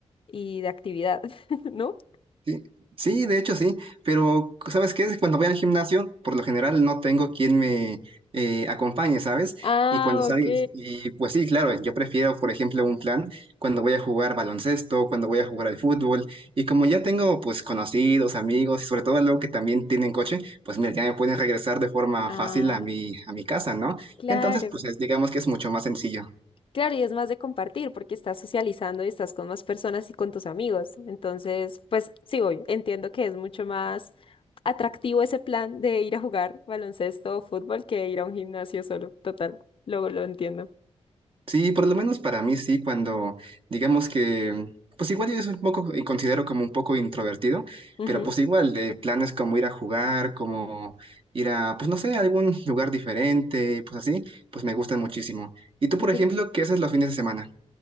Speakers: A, on the left; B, on the right.
A: y de actividad, <laughs> ¿no?
B: Sí, sí, de hecho sí, pero ¿sabes qué? Cuando voy al gimnasio, por lo general no tengo quien me eh, acompañe, ¿sabes?
A: Ah,
B: Y cuando salgo,
A: ok.
B: y pues sí, claro, yo prefiero, por ejemplo, un plan cuando voy a jugar baloncesto, cuando voy a jugar al fútbol, y como ya tengo pues conocidos, amigos, y sobre todo luego que también tienen coche, pues mira, ya me pueden regresar de forma
A: Ah,
B: fácil a mi, a mi casa, ¿no?
A: claro.
B: Entonces, pues es- digamos que es mucho más sencillo.
A: Claro, y es más de compartir porque estás socializando y estás con más personas y con tus amigos. Entonces, pues sí, obvio, entiendo que es mucho más atractivo ese plan de ir a jugar baloncesto o fútbol que ir a un gimnasio solo. Total, luego lo entiendo.
B: Sí, por lo menos para mí sí, cuando digamos que, pues igual yo soy un poco, y considero como un poco introvertido,
A: Ujú,
B: pero pues igual de planes como ir a jugar, como ir a, pues no sé, a algún lugar diferente, pues así, pues me gustan muchísimo. ¿Y tú,
A: ok.
B: por ejemplo, qué haces los fines de semana?